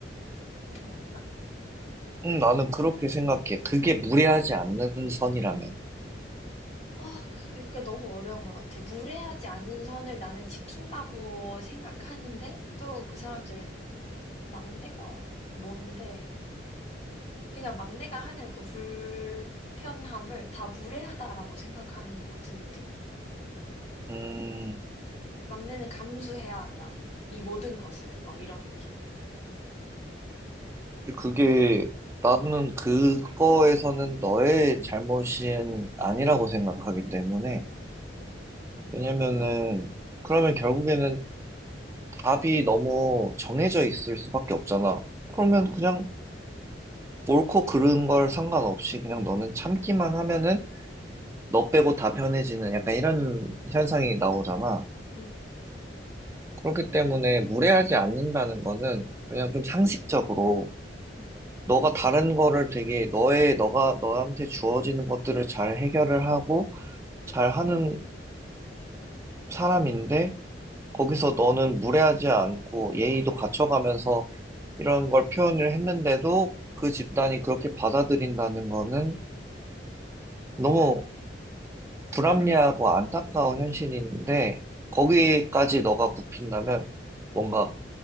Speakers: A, on the left; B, on the right.
A: 그런 말인가?
B: 음, 나는 그렇게 생각해. 그게 무례하지 않는 선이라면.
A: 아, 그게, 그게 너무 어려운 것 같아. 무례하지 않은 선을 나는 지킨다고 생각하는데 또 그 사람들은 막내가 뭔데? 그냥 막내가 하는 그 불편함을 다 무례하다라고 생각하는 것 같은 느낌?
B: 음,
A: 막내는 감수해야 한다. 이 모든 것을 막 이런 느낌.
B: 그게, 나는 그거에서는 너의 잘못은 아니라고 생각하기 때문에.
A: 응,
B: 왜냐면은, 그러면 결국에는 답이 너무 정해져 있을 수밖에 없잖아. 그러면 그냥 옳고 그른 걸 상관없이 그냥 너는 참기만 하면은 너 빼고 다 편해지는 약간 이런 현상이 나오잖아.
A: 응, 응,
B: 그렇기 때문에 무례하지 않는다는 거는 그냥 좀 상식적으로
A: 응.
B: 너가 다른 거를 되게 너의 너가 너한테 주어지는 것들을 잘 해결을 하고 잘 하는 사람인데 거기서 너는 무례하지 않고 예의도 갖춰가면서 이런 걸 표현을 했는데도 그 집단이 그렇게 받아들인다는 거는 너무 불합리하고 안타까운 현실인데 거기까지 너가 굽힌다면 뭔가